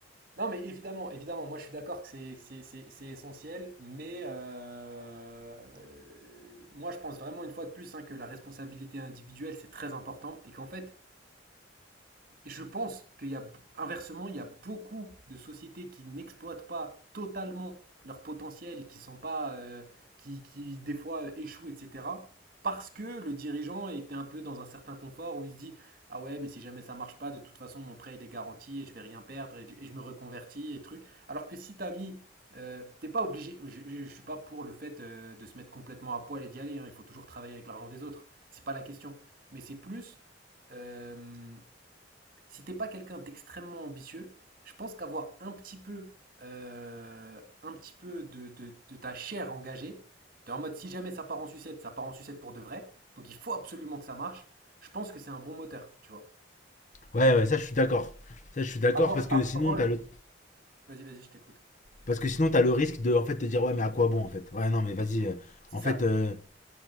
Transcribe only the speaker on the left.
Ouais,
ouais, ça je suis d'accord. Ça je suis d'accord
parce que
sinon t'as le
parce que sinon t'as le risque de en fait te dire ouais mais à quoi bon en fait. Ouais non mais vas-y. euh,
en
fait euh,